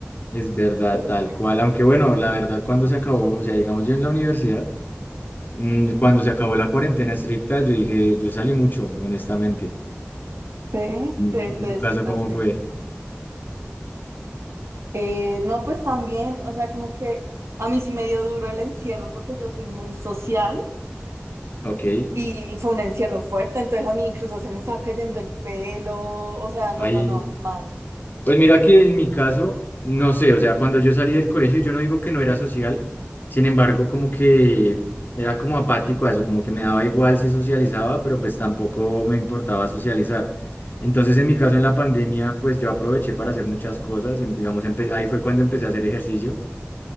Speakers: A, on the left; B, on the right.
A: Es verdad,
B: Pero
A: tal
B: bueno.
A: cual. Aunque bueno, la verdad, cuando se acabó, o sea, digamos yo en la universidad, mm, cuando se acabó la cuarentena estricta, yo dije, yo salí mucho, honestamente.
B: Sí,
A: En
B: te,
A: en
B: te
A: tu
B: desquitaste.
A: caso, ¿cómo fue?
B: Eh, no, pues también, o sea, como que a mí sí me dio duro el encierro porque yo soy muy social
A: Ok.
B: y fue un encierro fuerte, entonces a mí incluso se me estaba cayendo el pelo, o sea, no,
A: Ahí.
B: no, no, mal.
A: Pues mira que en mi caso, no sé, o sea, cuando yo salí del colegio, yo no digo que no era social, sin embargo, como que era como apático a eso, como que me daba igual si socializaba, pero pues tampoco me importaba socializar. Entonces, en mi caso, en la pandemia, pues yo aproveché para hacer muchas cosas, em- digamos, empe- ahí fue cuando empecé a hacer ejercicio